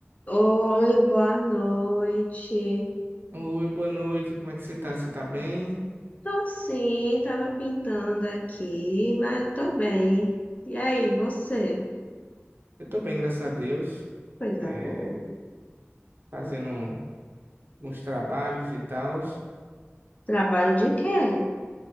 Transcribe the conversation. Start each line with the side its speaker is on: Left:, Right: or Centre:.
Left: Oi, boa noite.
Right: Oi, boa noite, como é que você tá? Você tá bem?
Left: Tô sim, tava pintando aqui, mas tô bem. E aí, você?
Right: Eu tô bem, graças a Deus.
Left: Coisa
Right: É,
Left: boa.
Right: fazendo uns trabalhos e tals.
Left: Trabalho de quê?